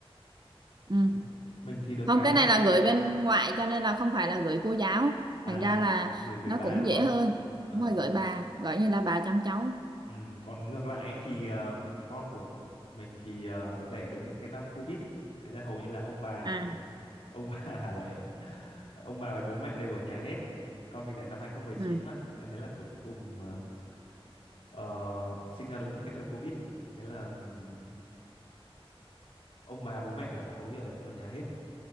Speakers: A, on the right (about 45°); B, on the left (about 80°).
A: ừ.
B: Ừ. mình thì được
A: Không
B: cái
A: cái
B: là
A: này là gửi bên ngoại cho nên là không phải là gửi cô giáo
B: à
A: thành ra là
B: à gửi gửi
A: nó
B: bà
A: cũng
B: đúng
A: dễ
B: không
A: hơn
B: Ờ
A: đúng rồi gửi bà gọi như là bà chăm cháu
B: Ừ, còn ngược lại ấy, thì ờ, con của mình thì ờ, đẻ đúng cái năm Covid ấy. Thế là hầu như là ông bà lại
A: à
B: ông <laughs> bà lại ông bà với bố mẹ đều ở nhà hết. Con mình đẻ năm hai không một chín
A: ừ.
B: mà. Đấy thế là cuối cuối cùng ờ, ờ, sinh ra đúng với cái thời Covid ấy. Thế là ừm, ông bà bố mẹ là hầu như ở ở nhà hết.